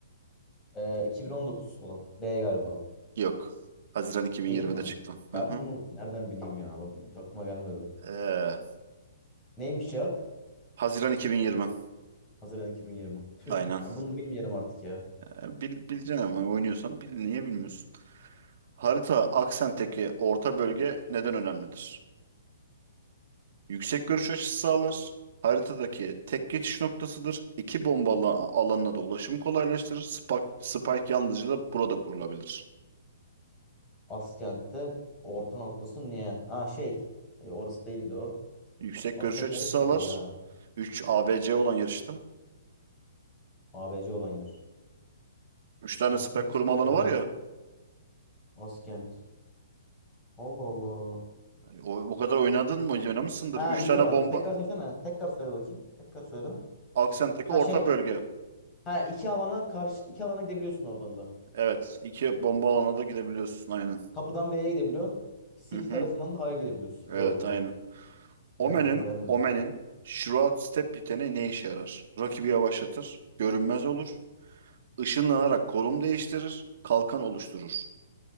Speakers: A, on the left; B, on the right.
A: Ee, 2019 olan. B galiba.
B: Yok. Haziran 2020'de
A: Değil mi?
B: çıktı.
A: Ben
B: Hı hı.
A: bunu nereden bileyim ya? Bak, Hiç aklıma gelmedi.
B: Ee,
A: Neymiş cevap?
B: Haziran 2020.
A: Haziran 2020. Tüh.
B: Aynen.
A: Ya bunu da bilmeyelim artık ya.
B: Ee, Bil, bileceksin ama oynuyorsan bil, niye bilmiyorsun? Harita aksentteki orta bölge neden önemlidir? Yüksek görüş açısı sağlar. Haritadaki tek geçiş noktasıdır. İki bomba ala- alanına da ulaşım kolaylaştırır. Spike, Spike yalnızca da burada kurulabilir.
A: Askent'te orta noktası niye? Ha şey. E, orası değildi o.
B: Yüksek
A: Askent
B: görüş açısı
A: neresiydi
B: sağlar.
A: ya?
B: 3 ABC olan yarışta.
A: A B C olan yer.
B: üç tane
A: Orası
B: spike
A: neresiydi
B: kurma alanı
A: ya?
B: var ya.
A: Askent. Allah Allah.
B: O, o kadar oynadın mı? Oynamışsındır.
A: Ha
B: 3
A: Mitalan.
B: tane bomba.
A: Tekrar söylesene. Tekrar söyle bakayım. Tekrar söyle.
B: Aksentteki
A: Ha
B: orta
A: şey
B: bölge.
A: Ha iki alana karşı iki alana gidebiliyorsun oradan da.
B: Evet. 2 bomba alanına da gidebiliyorsun. Aynen.
A: Kapıdan B'ye gidebiliyorsun. City
B: Hı hı.
A: tarafından da A'ya gidebiliyorsun.
B: Evet
A: Doğru tamam.
B: aynen. Omen'in
A: Yan aklıma gelmedi.
B: Omen'in Shroud Step yeteneği ne işe yarar? Rakibi yavaşlatır, görünmez olur, ışınlanarak konum değiştirir, kalkan oluşturur.